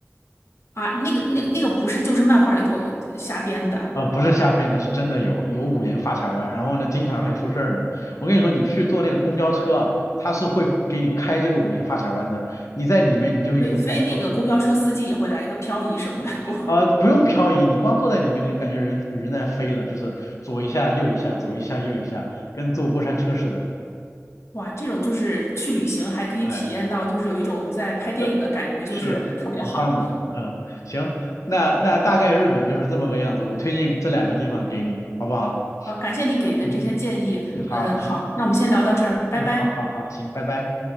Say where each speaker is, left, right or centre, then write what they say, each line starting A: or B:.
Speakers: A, on the left; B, on the left.
A: 啊，那个那个那个不是就是漫画里头瞎编的，
B: 啊，不是瞎编的，是真的有有五连发卡弯，然后呢，经常还出事儿呢。我跟你说，你去坐那个公交车啊，它是会给你开这个五连发卡弯的，你在里面你就有一种感受，
A: 对，所以那个公交车司机也会来一个漂移什么的。<laughs> 我
B: 啊，不用漂移，你光坐在里面你就感觉人人在飞了，就是左一下右一下，左一下右一下，跟坐过山车似的。
A: 哇，这种就是去旅行还可以体验到，
B: 哎，
A: 就是有一种在拍电影的感觉，
B: 对是啊很棒的，
A: 就是特别好
B: 嗯，行，那那大概日本就是这么个样子，我推荐这两个地方给你，好不好？
A: 啊！感谢你给的这些建议，
B: 嗯嗯嗯，好，
A: 呃，好，
B: 行，
A: 那我们先聊到这儿，拜拜。
B: 嗯，好好好，行，拜拜。